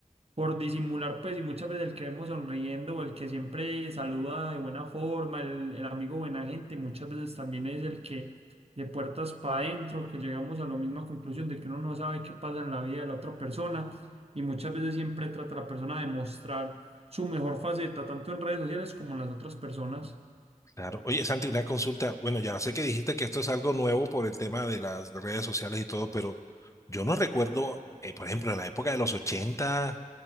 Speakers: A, on the right; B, on the left.
A: por disimular, pues, y muchas veces el que vemos sonriendo o el que siempre saluda de buena forma, el, el amigo buena gente, muchas veces también es el que de puertas para adentro, que llegamos a la misma conclusión de que uno no sabe qué pasa en la vida de la otra persona y muchas veces siempre trata a la persona de mostrar su mejor faceta, tanto en redes sociales como en las otras personas.
B: Claro. Oye, Santi, una consulta. Bueno, ya sé que dijiste que esto es algo nuevo por el tema de las redes sociales y todo, pero yo no recuerdo, eh, por ejemplo, en la época de los 80